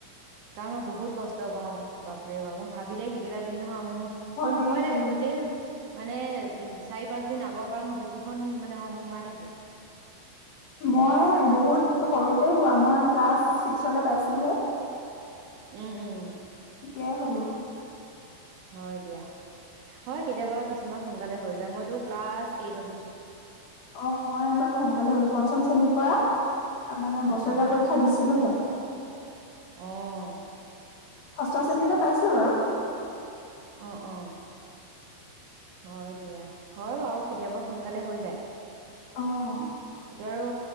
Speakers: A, on the right; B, on the left.
A: কাৰণ মই বহুত কষ্ট পাওঁ বাপৰে বাপ মই ভাবিলেই সেইকেইটা দিন অ মোৰ মোৰ
B: লাগি
A: ভয়
B: যায়গে
A: লাগে
B: মানে।
A: গোটেই মানে উম চাৰি পাঁচ দিন আগৰ পৰা মোৰ বুকুখন মানে হোম হোমাই থাকে। সেনেকুৱা
B: মই বহুত সৰুতে হোৱা মই ক্লাছ ছিক্সলৈ পাইছিলোঁহে।
A: উম উম
B: তিয়াই হ'লোঁ।
A: হয় দিয়া হয় কেতিয়াবা কিছুমান সোনকালে হৈ যায় মইতো ক্লা এইটত হৈছোঁ।
B: অ মই বাৰু সোনকালে হলো পঞ্চম শ্ৰেণীৰ পৰা মানে
A: উম
B: বছৰীয়া পৰীক্ষা দিছিলোহে।
A: অহ
B: ষষ্ঠ শ্ৰেণীলে পাইছিলো বাৰু।
A: অ অ হয় দিয়া হয় বাৰু কেতিয়াবা সোনকালে হৈ যায়।
B: অ',
A: এটো আৰু